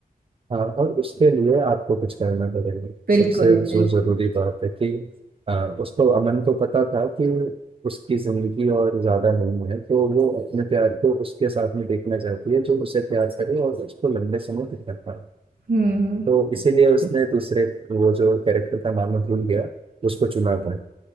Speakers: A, on the right; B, on the right.
A: हाँ और उसके लिए आपको कुछ करना पड़ेगा
B: बिल्कुल
A: सबसे
B: बिल्कुल
A: जो जरूरी बात है कि आ, उसको अमन को पता था कि उसकी जिंदगी और ज्यादा नहीं है तो वो अपने प्यार को उसके साथ में देखना चाहती है जो उसे प्यार करे और उसको लंबे समय तक कर पाए
B: हम्म
A: तो इसीलिए उसने दूसरे वो जो कैरेक्टर का नाम मैं भूल गया उसको चुना था